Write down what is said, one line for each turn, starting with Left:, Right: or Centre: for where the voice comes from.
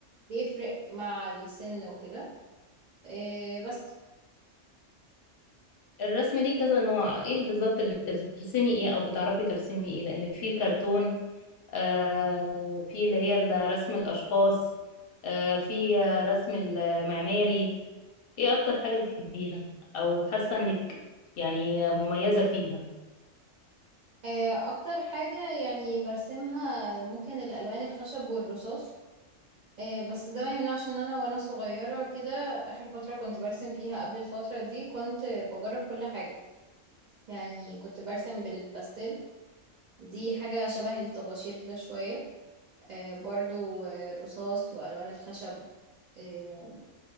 Right: بيفرق مع السن وكده آه، بس
Left: الرسم ليه كذا نوع ايه اللي بالظبط اللي بترسم بترسمي ايه او بتعرفي ترسمي ايه لان في الكرتون آه في اللي هي ال- رسم الاشخاص آه في آه، رسم المعماري ايه اكتر حاجة بتحبيها او حاسة انك يعني مميزة فيها
Right: آه، اكتر حاجة يعني برسمها ممكن الالوان الخشب والرصاص آه، بس ده ما يمنعش ان انا وانا صغيرة وكده اخر فترة كنت برسم فيها قبل الفترة دي كنت بجرب كل حاجة يعني كنت برسم بالباستيل دي حاجة شبه الطباشير كده شوية آه، برضو آه، الرصاص وألوان الخشب آه،